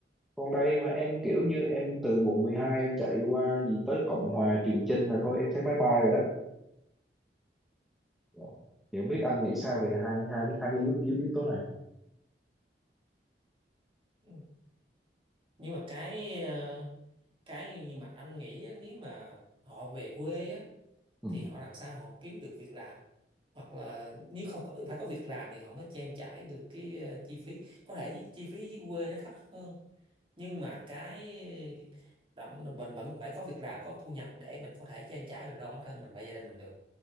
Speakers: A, in the centre; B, on the right.
A: còn đây mà em kiểu như em từ quận 12 em chạy qua gì tới Cộng Hòa Trường Chinh là thôi em thấy bye bye rồi đó Dạ. thì không biết anh nghĩ sao về hai hai hai yếu yếu yếu tố này
B: ừ. nhưng mà cái ờ, cái nhưng mà anh nghĩ á, nếu mà họ về quê á
A: ừ.
B: thì họ làm sao họ kiếm được việc làm hoặc là nếu không có, phải có việc làm thì họ mới trang trải được cái ờ, chi phí có thể chi phí dưới quê nó thấp hơn nhưng mà cái đậm- mình vẫn phải có việc làm có thu nhập để mình có thể trang trải mình lo bản thân mình và gia đình mình được